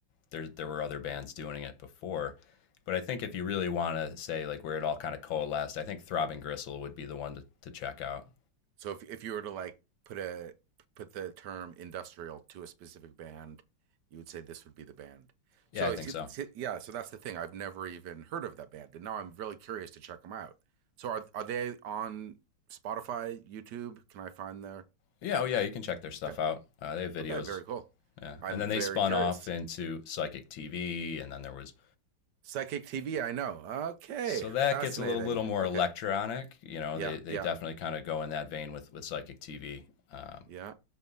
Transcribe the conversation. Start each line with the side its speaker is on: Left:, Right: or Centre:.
Left: there there were other bands doing it before but i think if you really want to say like where it all kind of coalesced i think throbbing gristle would be the one to, to check out
Right: So if if you were to like put a put the term industrial to a specific band, you would say this would be the band.
Left: yeah
Right: So
Left: i think so
Right: yeah, so that's the thing. I've never even heard of that band, and now I'm really curious to check them out. So are are they on Spotify, YouTube? Can I find their?
Left: yeah oh yeah you can check their stuff
Right: Okay,
Left: out uh, they have videos
Right: okay, very cool.
Left: yeah
Right: I'm
Left: and then
Right: very
Left: they spun
Right: curious.
Left: off into psychic tv and then there was
Right: Psychic TV, I know. Okay,
Left: So that
Right: fascinating.
Left: gets a little, little more
Right: Okay,
Left: electronic. You know,
Right: yeah,
Left: they, they
Right: yeah,
Left: definitely kind of go in that vein with, with Psychic TV. Um,
Right: yeah.